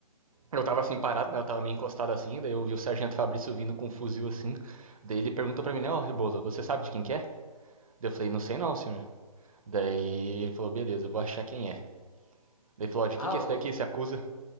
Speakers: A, on the right; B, on the left.
A: Eu tava assim parado, né? Eu tava meio encostado assim, daí eu vi o Sargento Fabrício vindo com um fuzil assim. Daí ele perguntou pra mim, né, ó, Rebolo, você sabe de quem que é? Daí eu falei, não sei não, senhor. Daí ele falou, beleza, eu vou achar quem é. Daí falou, ó, de
B: Ah,
A: quem que é
B: o,
A: esse daqui?
B: o
A: Se acusa?